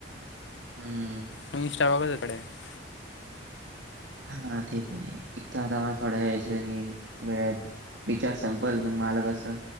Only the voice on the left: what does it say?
त इनस्ाफवाचोकडे <unintelligible>